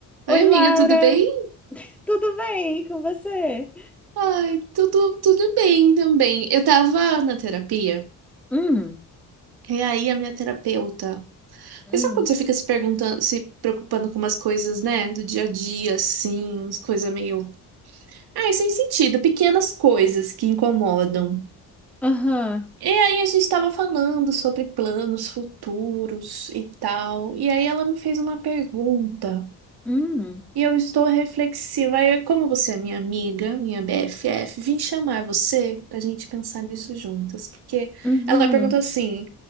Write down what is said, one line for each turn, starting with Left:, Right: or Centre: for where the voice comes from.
Centre: Oi,
Right: Oi, amiga,
Centre: Laura!
Right: tudo bem?
Centre: Tudo bem com você?
Right: Ai, tudo, tudo bem também. Eu tava na terapia,
Centre: Hum,
Right: e aí a minha terapeuta. Porque
Centre: hum,
Right: sabe quando você fica se perguntando, se preocupando com umas coisas, né? Do dia a dia, assim, umas coisas meio. Ai, sem sentido, pequenas coisas que incomodam.
Centre: aham,
Right: E aí a gente tava falando sobre planos futuros e tal. E aí ela me fez uma pergunta.
Centre: hum,
Right: E eu estou reflexiva. Aí, como você é minha amiga, minha BFF, vim chamar você pra gente pensar nisso juntas. Porque
Centre: uhum,
Right: ela perguntou assim: